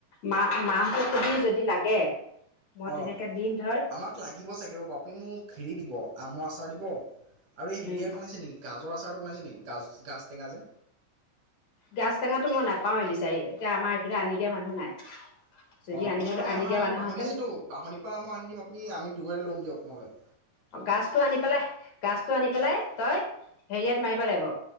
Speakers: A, on the left (about 60°); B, on the right (about 70°).
A: মা মাহঁতৰ তথাপিও যদি লাগে মই তেনেকে
B: অ
A: দিম ধৰ
B: আমাক লাগিব চাগে ৰ'ব আপোনি মোক হেৰি দিব আমৰ আচাৰ আচাৰ দিব আৰু এই হেয়াৰ
A: উম
B: বনাইছে নে গাজৰ আচাৰটো বনাইছে নেকি‍? গাজ গাজ টঙা যে
A: গাজ টেঙাটো মই নাপাওএবিচাৰি এতিয়া আমাৰ এইফালে আনি দিয়া মানুহ নাই। যদি
B: অ
A: আনিবলৈ
B: মই মানে
A: আনি
B: আমাৰ
A: দিয়া
B: এই
A: মানুহহেঁতেন
B: বাহনী আছেতো বাহনিৰ পৰা মই আনি দিম আপুনি আমি দুঘৰে লম দিয়ক মলৈলে <unintelligible>
A: গজটো আনি পেলাই গজটো আনি পেলাই তই হেৰিয়াত মাৰিব লাগিব